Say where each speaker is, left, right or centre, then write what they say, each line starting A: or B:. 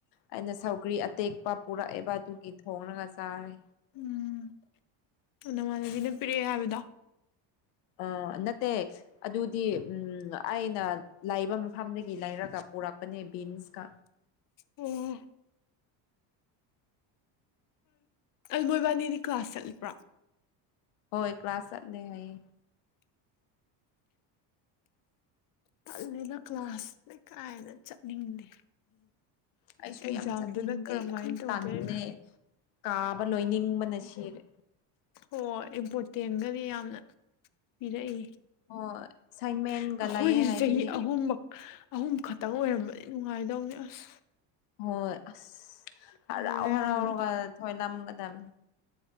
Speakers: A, on the left (about 85°); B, on the left (about 45°).
A: ꯑꯩꯅ ꯁꯧꯒ꯭ꯔꯤ ꯑꯇꯦꯛꯄ ꯄꯨꯔꯛꯑꯦꯕ ꯑꯗꯨꯒꯤ ꯊꯣꯡꯉꯒ ꯆꯥꯔꯦ
B: ꯎꯝ ꯅꯃꯥꯟꯅꯕꯤꯅ ꯄꯤꯔꯛꯑꯦ ꯍꯥꯏꯕꯗꯣ
A: ꯑ ꯅꯠꯇꯦ ꯑꯗꯨꯗꯤ ꯑꯩꯅ ꯂꯩꯕ ꯃꯐꯝꯗꯒꯤ ꯂꯩꯔꯒ ꯄꯨꯔꯛꯄꯅꯦ ꯕꯤꯟꯁꯀ
B: ꯑꯣ ꯑꯜ ꯃꯣꯏꯕꯥꯅꯤꯗꯤ ꯀ꯭ꯂꯥꯁ ꯆꯠꯂꯕ꯭ꯔꯣ
A: ꯍꯣꯏ ꯀ꯭ꯂꯥꯁ ꯆꯠꯂꯤꯅꯦ ꯍꯥꯢꯌꯦ
B: ꯇꯜꯂꯦꯗ ꯀ꯭ꯂꯥꯁ ꯂꯩ ꯀꯥꯏꯗ ꯆꯠꯅꯤꯡꯗꯦ
A: ꯑꯩꯁꯨ
B: ꯑꯦꯛꯖꯥꯝꯗꯨꯅ
A: ꯌꯥꯝ ꯆꯠꯅꯤꯡꯗꯦ
B: ꯀꯔꯝꯍꯥꯏꯅ
A: ꯌꯥꯝ
B: ꯇꯧꯗꯣꯏꯕ
A: ꯇꯥꯅꯤꯗꯦ ꯀꯥꯕ ꯂꯣꯏꯅꯤꯡꯕꯅ ꯁꯤꯔꯦ
B: ꯍꯣꯏ ꯏꯝꯄꯣꯔꯇꯦꯟꯒꯗꯤ ꯌꯥꯝꯅ ꯄꯤꯔꯛꯏ
A: ꯍꯣꯏ ꯑꯁꯥꯏꯃꯦꯟꯒ
B: ꯑꯩꯈꯣꯏꯒꯤꯁꯨ
A: ꯂꯩꯌꯦ ꯍꯥꯏꯕꯅꯤ
B: ꯆꯍꯤ ꯑꯍꯨꯝꯃꯛ ꯑꯍꯨꯝ ꯈꯛꯇꯪ ꯑꯣꯏꯔꯝꯕꯗꯤ ꯅꯨꯡꯉꯥꯏꯗꯧꯅꯤ ꯑꯁ
A: ꯍꯣꯏ ꯑꯁ
B: ꯇꯜꯂꯦ
A: ꯍꯔꯥꯎ ꯍꯔꯥꯎꯔꯒ
B: ꯌꯥꯝꯅ
A: ꯊꯣꯏꯅꯝꯒꯗꯝꯅꯤ